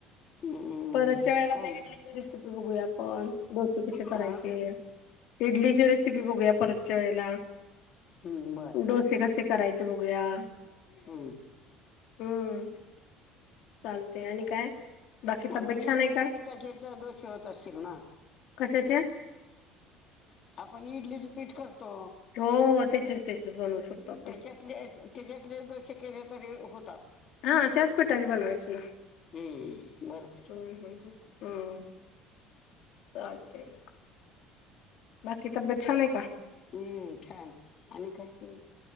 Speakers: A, on the left; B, on the left.
A: हम्म
B: परतच्या वेळेला
A: काय
B: आता इडलीची रेसिपी बघूया आपण, डोसे कसे करायचे.
A: हा
B: इडलीची रेसिपी बघूया परतच्या वेळेला.
A: हम्म बर
B: डोसे कसे करायचे बघूया.
A: हूं!
B: हूं! चालतय आणि काय बाकी तब्येत
A: अगं इडलीच्या
B: छान आहे का?
A: पिठाचे तर दोषे होत असतील ना
B: कशाचे.
A: आपण इडली च पीठ करतो.
B: हो त्याचेच, त्याचेच बनवू फक्त आपण.
A: त्याच्यातले त्याच्यातले दोशें केले तरी होतात.
B: हां त्याच पीठाचे बनवायचे.
A: हूं बोला.
B: हूं हूं हूं चालतय म. बाकी तब्बेत छान आहे का.
A: हूं छान आणि काय.
B: हम्म.